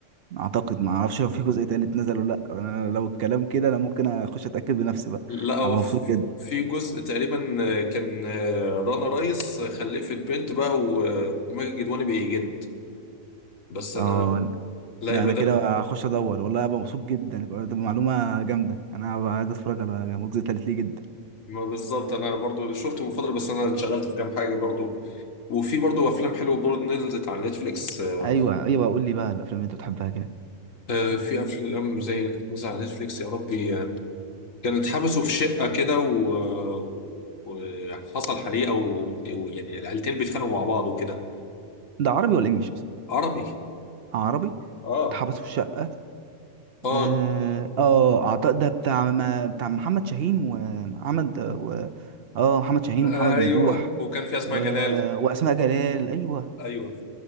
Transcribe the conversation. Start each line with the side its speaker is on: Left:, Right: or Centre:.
Right: اعتقد ما اعرفش لو في جزء تالت نزل ولا لا انا لو الكلام كده انا ممكن اخش اتاكد بنفسي بقى
Left: لا هو
Right: هبقى
Left: في
Right: مبسوط جدا
Left: في جزء تقريبا كان رنا رايس خلفت بنت بقى و- وماجد الكدواني بيجد بس انا
Right: اه
Left: لا
Right: لا
Left: يبقى
Right: انا
Left: ده
Right: كده هخش ادور والله هبقى مبسوط جدا دي معلومة جامدة انا هبقى عايز اتفرج على الجزء التالت ليه جدا
Left: ما بالظبط انا برضو شفته من فترة بس انا اتشغلت في كام حاجة برضو وفي برضو افلام حلوة برضو نزلت على نتفليكس آه،
Right: ايوه ايوه قول لي بقى الافلام اللي انت بتحبها كده
Left: آه، في افلام زي مثلا على نتفليكس يا ربي آه، كانوا اتحبسوا في شقة كده و... وحصل حريقة و... ويعني العيلتين بيتخانقوا مع بعض وكده
Right: ده عربي ولا انجليش اصلا
Left: عربي
Right: عربي
Left: اه
Right: اتحبس في الشقه
Left: اه
Right: اه آه، اعتقد ده بتاع ما بتاع محمد شاهين ومحمد و... اه محمد شاهين
Left: ايوه
Right: ومحمد ممدوح
Left: وكان في اسماء
Right: و...
Left: جلال
Right: واسماء جلال ايوه
Left: ايوه